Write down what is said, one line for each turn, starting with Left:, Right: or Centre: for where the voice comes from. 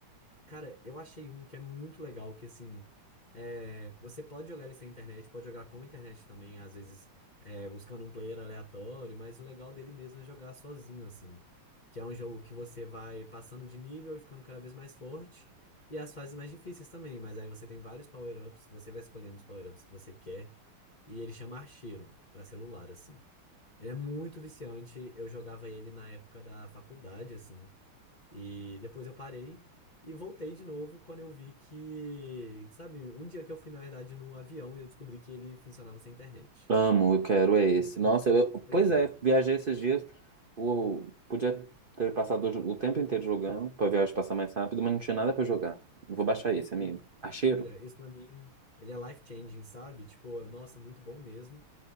Left: cara, eu achei um que é muito legal, que assim, é, você pode jogar ele sem internet, pode jogar com internet também, às vezes é, buscando um player aleatório, mas o legal dele mesmo é jogar sozinho, assim. Que é um jogo que você vai passando de nível e ficando cada vez mais forte. E as fases mais difíceis também, mas aí você tem vários power-ups, você vai escolhendo os power-ups que você quer. E ele chama Archeiro, pra celular, assim. Ele é muito viciante. Eu jogava ele na época da faculdade, assim. E depois eu parei e voltei de novo quando eu vi que, sabe, um dia que eu fui, na verdade, no avião e eu descobri que ele funcionava sem internet.
Right: Amo, eu quero é esse.
Left: Isso,
Right: Nossa, eu, eu-
Left: pois
Right: pois
Left: é.
Right: é, viajei esses dias. O, podia ter passado o o tempo inteiro jogando pra viagem passar mais rápido, mas não tinha nada pra jogar. Vou baixar esse, amigo. Acheiro?
Left: Pois é, isso pra mim, ele é life-changing, sabe? Tipo, nossa, muito bom mesmo.